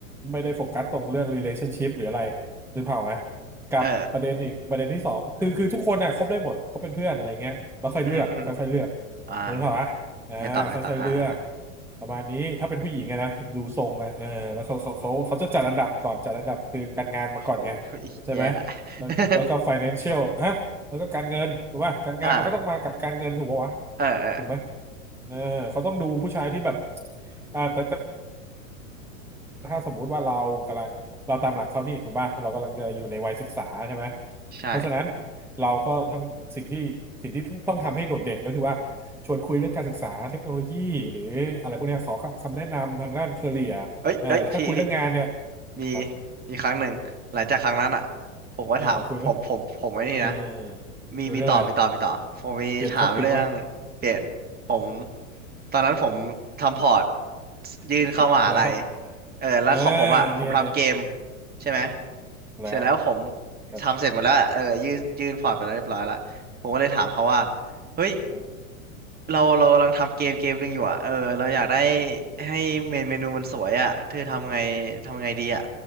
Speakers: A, in the centre; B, on the right.
A: ไม่ได้โฟกัสตรงเรื่อง relationship หรืออะไรนึกภาพออกไหมกับประเด็นอีกประเด็นที่สองคือคือทุกคนน่ะคบได้หมดคบเป็นเพื่อนอะไรเงี้ยแล้วค่อยเลือกค่อยๆเลือก
B: เอออืมอหืมออ่า
A: นึกภาพอ่ะอ่าค่อยๆเลือก
B: ไงต่อไงต่ออ่าอ่า
A: ประมาณนี้ถ้าเป็นผู้หญิงไงนะดูทรงอะเออแล้วเขาเขาเขาเขาจะจัดอันดับก่อนจัดอันดับคือการงานมาก่อนไง
B: โอ้โห <laughs>
A: ใช่ไหม
B: แย่ละ
A: แล้วแล้วก็
B: <laughs>
A: financial ฮะแล้วก็การเงินถูกป่ะการงานมันก็ต้องมากับการเงินถูกป่ะวะ
B: อ่าเออเออ
A: ถูกไหมเออเขาต้องดูผู้ชายที่แบบอ่าแต่ ถ้าสมมุติว่าเรากำลังเราตามหลักเขานี่ถูกป่ะเรากำลังจะอยู่ในวัยศึกษาใช่ไหม
B: ใช่
A: เพราะฉะนั้นเราก็ทั้งสิ่งที่สิ่งที่ต้องทำให้โดดเด่นก็คือว่าชวนคุยเรื่องการศึกษาเทคโนโลยีหรืออะไรพวกเนี้ยขอคำแนะนำทางด้านเคเรีย
B: เอ้ยเอ้ยพี่พี่
A: อ่าถ้าคุยเรื่องงานเนี่ย
B: มี
A: ครับ
B: มีครั้งหนึ่งหลังจากครั้งนั้นอ่ะผมก็ถาม
A: เออคุยไหม
B: ผม ผมผมไอ้นี่นะ
A: เออ
B: มีมีต่อมีต่อมีต่อผมมีถามเรื่องเปลี่ยน
A: คุยเรื่องอะไรเปลี่ยนท็อปิกว่ะ
B: ผมตอนนั้นผมทำพอร์ตยื่นเข้ามหาลัย
A: <laughs> แล้ว
B: เออแล้วของผมอ่ะผมทำเกม
A: อ่าเนี่ยเนี่ย
B: ใช่ไหม
A: แล้ว
B: เสร็จแล้วผม
A: ครับ
B: ทำเสร็จหมดแล้วเออยื่นยื่นพอร์ตไปแล้วเรียบร้อยละผมก็เลยถามเขาว่าเฮ้ย
A: เออ
B: เราเรากำลังทำเกมเกมหนึ่งอยู่อ่ะเออเราอยากได้ให้เมนเมนูมันสวยอ่ะเธอทำไงทำไงดีอ่ะ